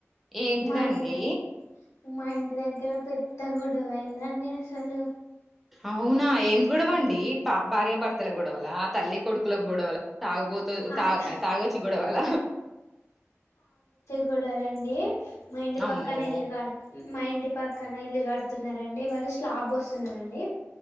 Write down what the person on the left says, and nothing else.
మా ఇంటి దగ్గర మా ఇంటి దగ్గర పెద్ద గొడవయిందండి అసలు
అత్
గొడవల అండి మా ఇంటి
పక్కన ఇల్లు కాడుతు మా ఇంటి పక్కన ఇల్లు కడుతున్నారండి వాళ్ళు స్లాబ్ వ్యేస్తున్నారండి